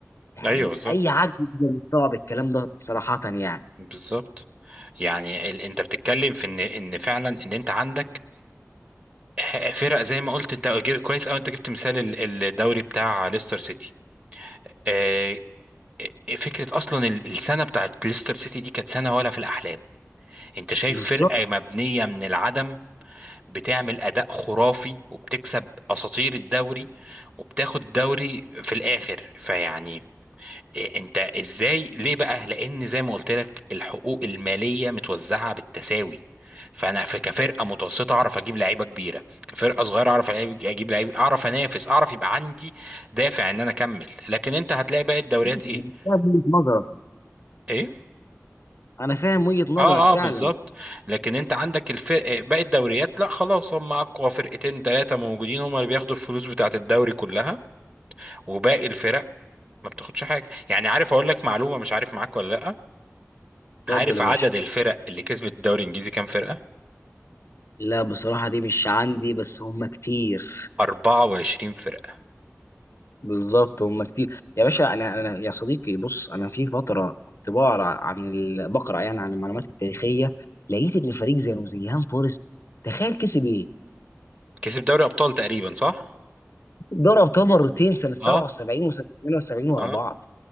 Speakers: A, on the left; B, on the right.
A: يعني
B: ايوه بالظبط
A: اي عقل يقدر يستوعب الكلام ده صراحه يعني
B: بالظبط يعني ال... انت بتتكلم في ان ان فعلا ان انت عندك ح- فرق زي ما قلت انت جب- كويس او انت جبت مثال ال- الدوري بتاع ليستر سيتي آه، آه، فكرة أصلا ال- السنة بتاعت ليستر سيتي دي كانت سنة ولا في الأحلام أنت شايف
A: بالظبط
B: فرقة مبنية من العدم بتعمل اداء خرافي وبتكسب اساطير الدوري وبتاخد الدوري في الاخر فيعني إيه انت ازاي ليه بقى لان زي ما قلت لك الحقوق الماليه متوزعه بالتساوي فانا في كفرقه متوسطه اعرف اجيب لعيبه كبيره كفرقه صغيره اعرف ألعب- اجيب لعيبه اعرف انافس اعرف يبقى عندي دافع ان انا اكمل لكن انت هتلاقي باقي الدوريات
A: أنا
B: ايه
A: فاهم وجهه نظرك
B: ايه
A: انا فاهم وجهه نظرك
B: اه
A: فعلا
B: اه بالظبط لكن انت عندك الفرق باقي الدوريات لا خلاص هم اقوى فرقتين ثلاثه موجودين هم اللي بياخدوا الفلوس بتاعه الدوري كلها وباقي الفرق ما بتاخدش حاجه يعني عارف اقول لك معلومه مش عارف معاك ولا لا
A: اتفضل
B: عارف
A: يا
B: عدد
A: باشا
B: الفرق اللي كسبت الدوري الانجليزي كام فرقه
A: لا بصراحه دي مش عندي بس هم كتير
B: 24 فرقه
A: بالظبط هم كتير يا باشا انا انا يا صديقي بص انا في فتره كنت بقرا عن ال... بقرا يعني عن المعلومات التاريخيه لقيت ان فريق زي نوتنجهام فورست تخيل كسب ايه؟
B: كسب دوري ابطال تقريبا صح
A: دوري ابطال مرتين سنه 77
B: اه
A: وسنه 78 ورا
B: اه
A: بعض